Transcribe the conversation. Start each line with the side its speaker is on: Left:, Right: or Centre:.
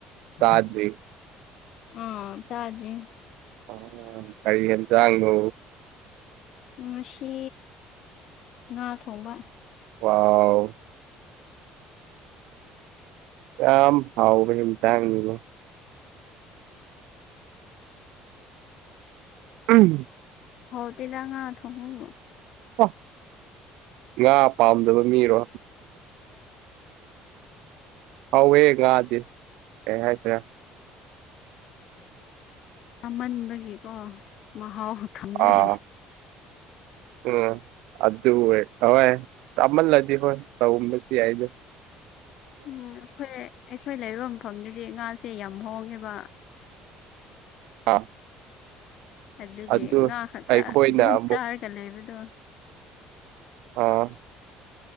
Left: <unintelligible>
Right: ꯆꯥꯗ꯭ꯔꯤ
Left: ꯎꯝ ꯆꯥꯗ꯭ꯔꯤ
Right: ꯑ <unintelligible> ꯀꯔꯤ ꯌꯦꯟꯖꯥꯡꯅꯣ
Left: ꯉꯁꯤ ꯉꯥ ꯊꯣꯡꯕ
Right: ꯋꯥꯎ ꯑꯥꯎ ꯌꯥꯝ ꯍꯥꯎꯕ ꯏꯟꯁꯥꯡꯅꯤꯅꯦ <unintelligible>
Left: ꯍꯧꯇꯦꯗ ꯉꯥ ꯊꯣꯡꯕꯕꯨ
Right: ꯑꯣ ꯉꯥ ꯄꯥꯝꯗꯕ ꯃꯤꯔꯣ ꯍꯥꯎꯋꯦ ꯉꯥꯗꯤ ꯀꯔꯤ ꯍꯥꯏꯁꯤꯔ
Left: ꯆꯥꯃꯟꯕꯒꯤꯀꯣ ꯃꯍꯥꯎ ꯈꯪꯗ꯭ꯔꯦ
Right: ꯑꯥ ꯎꯝ ꯑꯗꯨ ꯍꯣꯏ <unintelligible> ꯆꯥꯃꯜꯂꯗꯤ ꯍꯣꯏ ꯇꯧꯔꯝꯕꯁꯨ ꯌꯥꯏ ꯑꯗꯨ
Left: ꯎꯝ ꯑꯩꯈꯣꯏ ꯑꯩꯈꯣꯏ ꯂꯩꯕ ꯃꯐꯝꯗꯨꯗꯤ ꯉꯥꯁꯦ ꯌꯥꯝ ꯍꯣꯡꯉꯦꯕ
Right: ꯑꯥ
Left: ꯑꯗꯨꯒꯤ
Right: ꯑꯗꯨ
Left: ꯉꯥ ꯈꯛꯇ
Right: ꯑꯩꯈꯣꯏꯅ
Left: ꯑꯗꯨꯝ
Right: ꯑꯃꯨꯛ
Left: ꯆꯥꯔꯒ ꯂꯩꯕꯗꯣ
Right: ꯑꯣ